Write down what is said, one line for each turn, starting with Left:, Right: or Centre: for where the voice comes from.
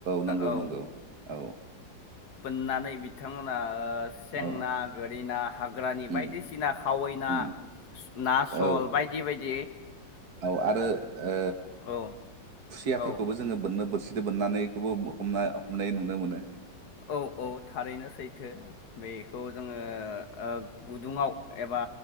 Right: नंगौ
Left: औ
Right: नंगौ औ
Left: बोननानै बिथां सें
Right: औ
Left: ना गोरिनाा हाग्रानि
Right: उम
Left: बायदिसिना खावै ना
Right: उम
Left: ना सल
Right: औ
Left: बायदि बायदियै
Right: औ आरो ओ
Left: औ
Right: खुसियाफोरखौबो
Left: औ
Right: जोङो बोननो बोरसि दो बोननानैखौबो हमनाय हमनाय नुनो मोनो।
Left: औ औ थारैनो सैथो बेखौ जोङो ओ गुदुङाव एबा